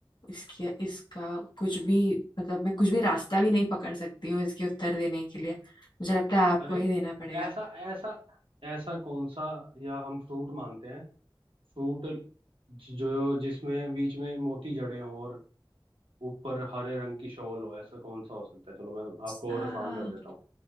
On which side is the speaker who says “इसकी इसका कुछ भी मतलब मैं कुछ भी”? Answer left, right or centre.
Left